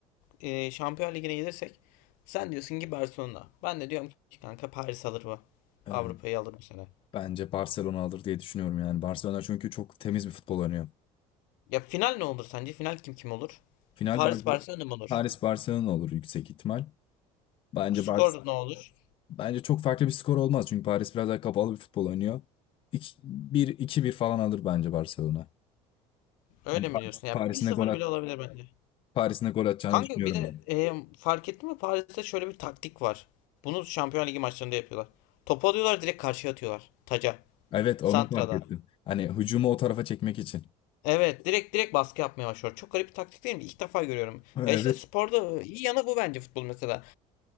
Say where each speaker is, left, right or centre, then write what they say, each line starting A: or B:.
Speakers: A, on the left (about 75°); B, on the left (about 40°).
A: e, Şampiyon Ligi'ne gelirsek sen diyorsun ki Barcelona. Ben de diyorum ki kanka Paris alır bu.
B: Ee,
A: Avrupa'yı alır bu sene.
B: bence Barcelona alır diye düşünüyorum yani. Barcelona çünkü çok temiz bir futbol oynuyor.
A: Ya final ne olur sence? Final kim kim olur?
B: Final
A: Paris
B: Bar
A: Barcelona mı olur?
B: Paris Barcelona olur yüksek ihtimal. Bence
A: Skor
B: Bar-
A: ne olur?
B: Bence çok farklı bir skor olmaz çünkü Paris biraz daha kapalı bir futbol oynuyor. İki- Bir iki bir falan alır bence Barcelona.
A: Öyle
B: Hani
A: mi
B: Paris,
A: diyorsun? Ya
B: Paris'in
A: bir 0
B: de gol
A: bile
B: at,
A: olabilir bence.
B: Paris'in de gol atacağını
A: Kanka
B: düşünüyorum
A: bir de
B: ben.
A: e, fark ettin mi Paris'te şöyle bir taktik var. Bunu Şampiyonlar Ligi maçlarında yapıyorlar. Topu alıyorlar direkt karşıya atıyorlar. Taca.
B: Evet
A: Santra'da.
B: onu fark ettim. Hani hücumu o tarafa çekmek için.
A: Evet direkt direkt baskı yapmaya başlıyor. Çok garip bir taktik değil mi? İlk defa görüyorum.
B: Evet.
A: Ya işte sporda iyi yanı bu bence futbol mesela.